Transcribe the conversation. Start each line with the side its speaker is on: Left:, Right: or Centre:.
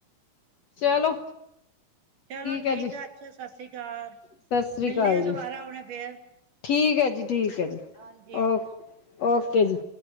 Left: ਚਲੋ।
Right: ਚਲੋ ਠੀਕ
Left: ਹੈ ਜੀ
Right: ਐ ਅੱਛਾ ਸਤਿ ਸ਼੍ਰੀ ਅਕਾਲ।
Left: ਸਤਿ ਸ੍ਰੀ
Right: ਮਿਲਣੇ
Left: ਅਕਾਲ
Right: ਆ
Left: ਜੀ
Right: ਦੁਬਾਰਾ ਹੁਣੇ ਫੇਰ।
Left: ਠੀਕ ਐ ਜੀ -ਠੀਕ ਐ ਜੀ,
Right: ਹਾਂਜੀ
Left: ਓ ਓਕੇ ਜੀ।